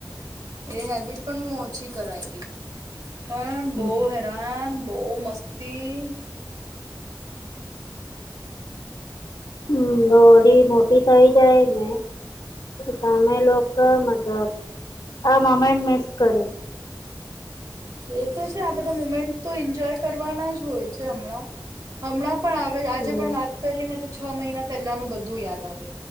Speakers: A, on the right; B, on the left.
A: એ હેબિટ પણ ઓછી કરાઈ ગઈ. પણ બઉ
B: હમ
A: હેરાન બહુ મસ્તી
B: હમ હોલી મોટી થઈ જાય ને તમે લોકો મતલબ આ મુમેન્ટ મિસ કરે
A: એ તો છે આ બધા મુમેન્ટ તો એન્જોય કરવાના જ હોય છે હમણાં હમણાં પણ આવે આજે
B: હમ
A: પણ વાત કરીને છ મહિના પહેલાનું બધું યાદ આવે